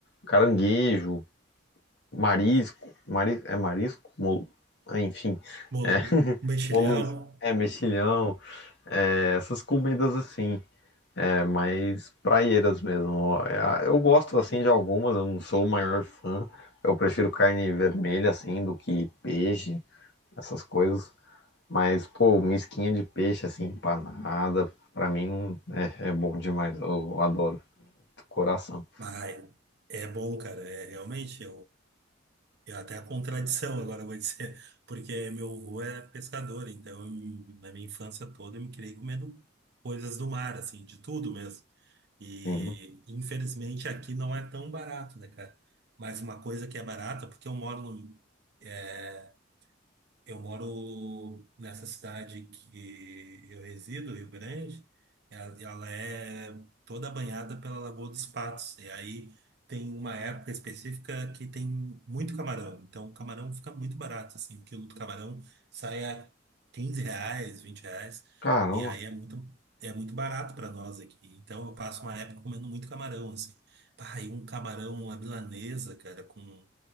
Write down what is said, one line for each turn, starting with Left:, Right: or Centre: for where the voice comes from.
Left: caranguejo, marisco. Mari, é marisco? Mol- enfim,
Right: Bolo,
Left: é, <laughs>
Right: mexilhão?
Left: molusco, é mexilhão, é, essas comidas assim. É mais praieiras mesmo. É, Eu gosto assim de algumas, eu não sou o maior fã. Eu prefiro carne vermelha assim do que peixe, essas coisas. Mas pô, misquinha de peixe assim empanada, pra mim não é, é bom demais. Eu, eu adoro, do coração.
Right: Ai, é bom, cara, é realmente. É até a contradição, agora eu vou dizer, <laughs> porque meu avô era pescador, então em- na minha infância toda eu me criei comendo coisas do mar, assim, de tudo mesmo. E
Left: Sim.
Right: infelizmente aqui não é tão barato, né, cara? Mas uma coisa que é barata, porque eu moro no, é, eu moro nessa cidade que eu resido, Rio Grande, ela, ela é toda banhada pela Lagoa dos Patos. E aí tem uma época específica que tem muito camarão. Então o camarão fica muito barato, assim, o quilo do camarão sai a 15 reais, 20 reais.
Left: Caramba,
Right: E aí é muito, é muito barato para nós aqui. Então eu passo uma época comendo muito camarão, assim. Pá, e um camarão à milanesa, cara, com